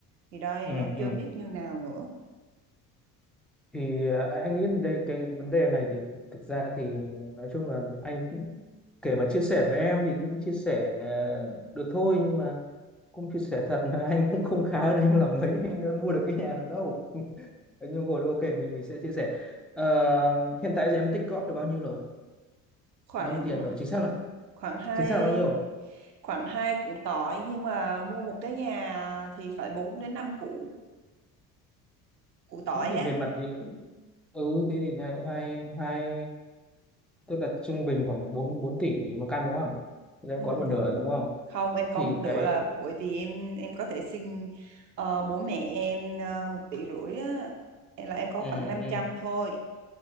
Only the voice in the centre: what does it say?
ừ
ừ
thì à, anh nghĩ đây cái vấn đề này thì thực ra thì nói chung là anh cũng- kể mà chia sẻ với em thì cũng chia sẻ ờ, được thôi nhưng mà cũng chia sẻ thật là anh cũng không khá hơn em là mấy anh đã mua được cái nhà nào đâu <laughs> Thế nhưng rồi ok mình mình sẽ chia sẻ Ờ, hiện tại giờ em tích góp được bao nhiêu rồi
bao nhiêu tiền rồi chính xác là
chính xác là bao nhiêu rồi?
thế thì
về mặt thì ừ thế thì hai hai hai tức là trung bình khoảng bốn bốn tỷ một căn đúng không Thì em
có một nửa
rồi đúng không
thì
cái
ừ,
ừ.